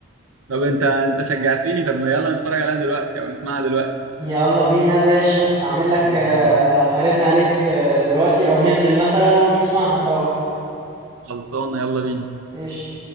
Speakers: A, on the right; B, on the right.
A: طب انت انت شجعتني طب ما يلا نتفرج عليها دلوقتي او نسمعها دلوقتي
B: يلا بينا يا باشا هعمل لك
A: يلا
B: آه،
A: بينا
B: هرن عليك آه، دلوقتي او ننزل مثلا ونسمعها سوا
A: خلصانه يلا بينا
B: قشطة